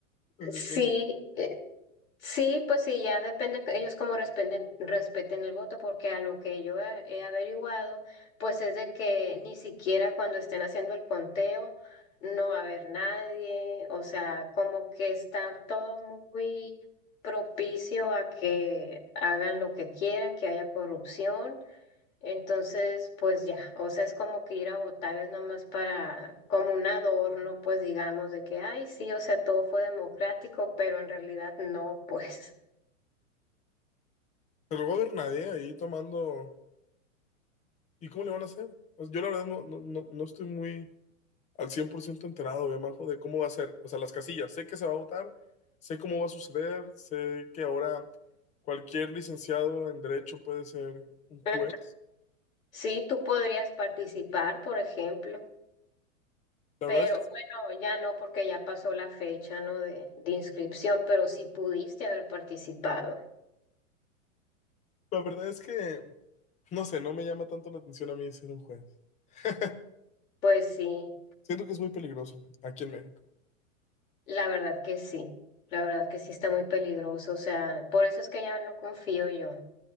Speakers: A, on the left; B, on the left.
A: Entonces
B: sí,
A: yo pienso que-
B: Sí, pues sí, ya depende que ellos cómo respeten, respeten el voto, porque a lo que yo he, he averiguado, pues es de que ni siquiera cuando estén haciendo el conteo no va a haber nadie, o sea, como que está todo muy propicio a que hagan lo que quieran, que haya corrupción. Entonces, pues ya, o sea, es como que ir a votar es nomás para, como un adorno, pues digamos, de que, ay, sí, o sea, todo fue democrático, pero en realidad no, pues.
A: Pero no va a haber nadie ahí tomando... ¿Y cómo le van a hacer? O sea, yo la verdad no, no, no, no estoy muy al 100% enterado, eh, Majo, de cómo va a ser. O sea, las casillas. Sé que se va a votar, sé cómo va a suceder, sé que ahora cualquier licenciado en derecho puede ser un juez.
B: <laughs> Sí, tú podrías participar, por ejemplo,
A: La
B: pero
A: verdad es que,
B: bueno, ya no porque ya pasó la fecha, ¿no? de, de inscripción, pero sí pudiste haber participado.
A: la verdad es que, no sé, no me llama tanto la atención a mí ser un juez. <laughs>
B: Pues sí,
A: Siento que es muy peligroso aquí en México.
B: la verdad que sí, la verdad que sí está muy peligroso, o sea, por eso es que ya no confío yo,